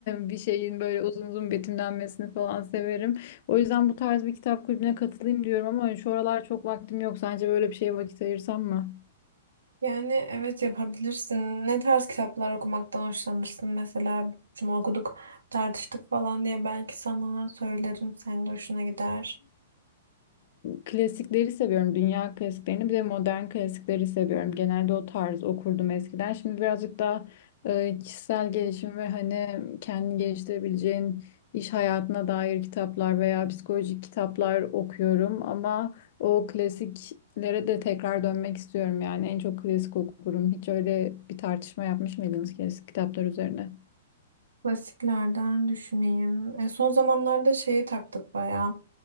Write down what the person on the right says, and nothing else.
Yani evet yapabilirsin. Ne tarz kitaplar okumaktan hoşlanırsın? Mesela şunu okuduk, tartıştık falan diye belki sana söylerim. Senin de hoşuna gider.
Klasiklerden düşüneyim. E, son zamanlarda şeyi taktık bayağı.